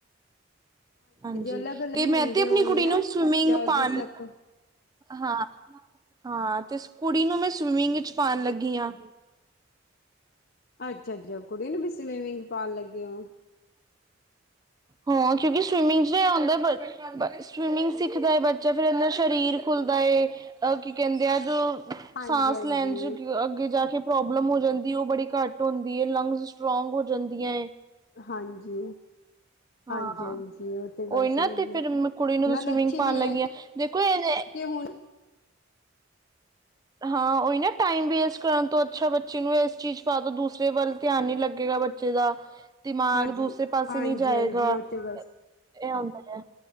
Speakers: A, on the right; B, on the left.
A: ਹਾਂਜੀ
B: ਅਲੱਗ ਅਲੱਗ
A: ਤੇ
B: ਹੀ ਹੁੰਦੇ
A: ਮੈਂ ਤੇ ਆਪਣੀ
B: ਹੋਣਗੇ
A: ਕੁੜੀ ਨੂੰ
B: ਨਾ
A: ਸਵਿਮਿੰਗ
B: ਚਾਰਜਿਸ
A: ਪਾਉਣ
B: ਤੱਕ
A: ਹਾਂ ਹਾਂ ਤੇ ਕੁੜੀ ਨੂੰ ਮੈਂ ਸਵਿਮਿੰਗ ਵਿੱਚ ਪਾਉਣ ਲੱਗੀ ਹਾਂ।
B: ਅੱਛਾ ਅੱਛਾ ਕੁੜੀ ਨੂੰ ਵੀ ਸਵੀਮਿੰਗ ਪਾਣ ਲੱਗੇ ਹੋ?
A: ਹਾਂ ਕਿਉਂਕਿ ਸਵਿਮਿੰਗ ਚ ਆਉਂਦਾ ਸਵਿਮਿੰਗ ਸਿੱਖਦਾ ਬੱਚਾ ਫਿਰ ਇਹਦਾ ਸਰੀਰ ਭੁਲਦਾ ਏ ਅਹ ਕੀ ਕਹਿੰਦੇ ਆ ਜੋ
B: ਹਾਂਜੀ
A: ਸਾਂਸ
B: ਹਾਂਜੀ
A: ਲੈਣ ਚ ਅੱਗੇ ਜਾ ਕੇ ਪ੍ਰੋਬਲਮ ਹੋ ਜਾਂਦੀ ਉਹ ਬੜੀ ਘੱਟ ਹੁੰਦੀ ਹੈ ਲੰਗਸ ਸਟਰੋਂਗ ਹੋ ਜਾਂਦੀਆਂ ਹੈ।
B: ਹਾਂਜੀ।
A: ਹਾਂ।
B: ਹਾਂਜੀ ਹਾਂਜੀ ਉਹ ਤੇ
A: ਉਹੀ
B: ਬਸ
A: ਨਾ
B: ਸਹੀ
A: ਤੇ
B: ਹੈ
A: ਫਿਰ ਮੈਂ ਕੁੜੀ ਨੂੰ
B: ਨਾਲ
A: ਸਵਿਮਿੰਗ
B: ਅੱਛੀ
A: ਪਾਉਣ
B: ਵੀ
A: ਲੱਗੀ
B: ਹੈ
A: ਆ ਦੇਖੋ ਇਹ
B: ਹੁਣ।
A: <inaudible> ਹਾਂ ਉਹੀ ਨਾ ਟਾਈਮ ਵੇਸਟ ਕਰਨ ਤੋਂ ਅੱਛਾ ਬੱਚੇ ਨੂੰ ਇਸ ਚੀਜ਼ ਪਾ ਤੋਂ ਦੂਸਰੇ ਵੱਲ ਧਿਆਨ ਨੀ ਲੱਗ ਇਕੱਲਾ ਬੱਚੇ ਦਾ। ਦਿਮਾਗ
B: ਹਾਂਜੀ
A: ਦੂਸਰੇ ਪਾਸੇ
B: ਹਾਂਜੀ
A: ਨਹੀਂ ਜਾਏਗਾ
B: ਹਾਂਜੀ ਉਹ ਤੇ ਗੱਲ
A: ਇਹ ਹਉਂਦਾ ਹੈ।